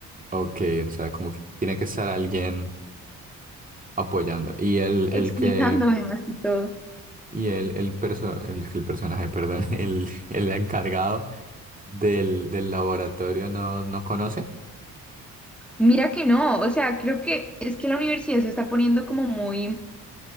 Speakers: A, on the right (about 20°); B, in the centre.
A: Ok, o sea, como que tiene que estar alguien apoyando. Y el, el
B: explicándome
A: que,
B: más que todo.
A: y el, el, perso- el, el personaje, perdón, <laughs> el, el encargado del, del laboratorio no, no conoce.
B: Mira que no, o sea, creo que es que la universidad se está poniendo como muy